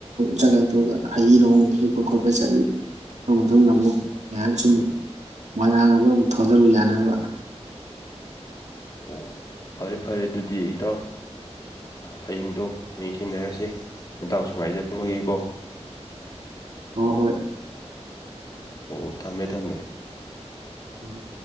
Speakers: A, on the right; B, on the left.
A: ꯖꯒꯥ ꯇꯑꯒ ꯍꯩ ꯅꯅꯨꯡꯣꯡ ꯍꯦꯛꯄ ꯈꯣꯠꯄ ꯆꯠꯂꯨ ꯃꯇꯨꯡꯗ ꯑꯃꯨꯛ ꯃ ꯁꯨꯝ ꯃꯣꯏꯔꯥꯡ ꯑꯃꯗ ꯑꯃꯨꯛ ꯊꯧꯗꯔꯨ ꯌꯥꯅꯕ
B: ꯑꯣ ꯐꯔꯦ ꯐꯔꯦ ꯑꯗꯨꯗꯤ ꯏꯇꯥꯎ ꯍꯌꯦꯡꯗꯣ ꯍꯌꯦꯡ ꯊꯦꯡꯅꯔꯁꯤ ꯅꯟꯇꯥꯛꯁꯨ ꯉꯥꯏꯖꯔꯃꯒꯤꯀꯣ
A: ꯍꯣꯏ ꯍꯣꯏ
B: ꯑꯣ ꯊꯝꯃꯦ ꯊꯝꯃꯦ
A: ꯎꯝ